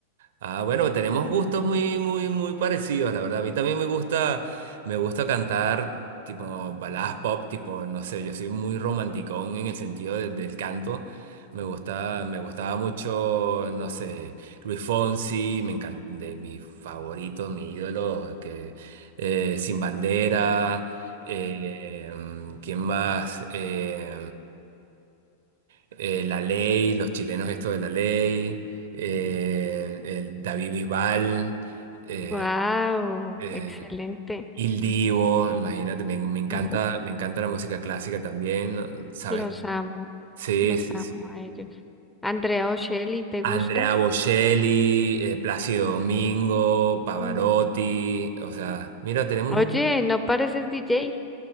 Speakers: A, on the right; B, in the centre.
A: Ah, bueno, tenemos gustos muy, muy, muy parecidos, la verdad. A mí también me gusta, me gusta cantar tipo baladas pop, tipo, no sé, yo soy muy romanticón en el sentido de- del canto. Me gusta, me gustaba mucho, no sé, Luis Fonsi, me encanta, de mis favoritos, mi ídolo, que eh, Sin Bandera, eh, ¿quién más? Eh, eh, La Ley, los chilenos esto de La Ley, eh, el David Bisbal, eh,
B: wow,
A: eh,
B: excelente.
A: Il Divo, imagínate, me, me encanta,
B: Ujú,
A: me encanta la música clásica también, ¿no? ¿sabes?
B: Los amo.
A: Sí,
B: Los
A: sí,
B: amo
A: sí.
B: a ellos. Andrea Ocelli, ¿te gusta?
A: Andrea Bocelli, eh, Plácido Domingo, Pavarotti,
B: Mm.
A: o sea, mira, tenemos
B: Oye,
A: un...
B: no pareces DJ.